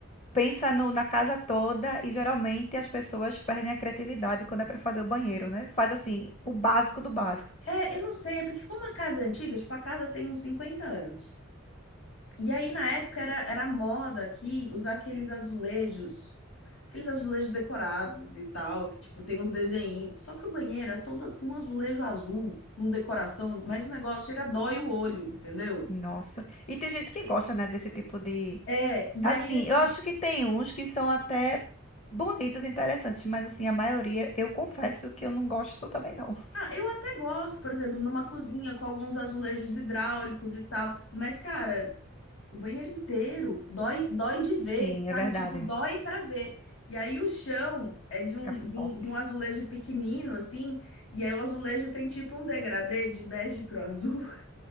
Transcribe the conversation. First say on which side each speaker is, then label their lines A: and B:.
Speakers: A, on the left (about 30°); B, on the left (about 75°).
A: pensa no- na casa toda e geralmente as pessoas perdem a criatividade quando é pra fazer o banheiro, né? Faz assim, o básico do básico.
B: é, eu não sei, é porque como a casa é antiga, tipo, a casa tem uns 50 anos. E aí, na época, era, era moda aqui usar aqueles azulejos, aqueles azulejos decorados e tal, que, tipo, tem uns desenhinhos. Só que o banheiro é todo com azulejo azul, com decoração, mas o negócio chega, dói o olho, entendeu?
A: Nossa. E tem gente que gosta, né, desse tipo de.
B: É, e
A: Assim,
B: aí assim,
A: eu acho que tem uns que são até bonitos, interessantes, mas assim, a maioria, eu confesso que eu não gosto também, não.
B: ah, eu até gosto, por exemplo, numa cozinha com alguns azulejos hidráulicos e tal, mas cara, o banheiro inteiro dói, dói de ver,
A: Sim,
B: sabe?
A: é verdade.
B: Tipo, dói pra ver. E aí o chão é de
A: Fica
B: um,
A: forte.
B: de um, de um azulejo pequenino assim, e aí o azulejo tem tipo um degradê de bege pro azul. <laughs>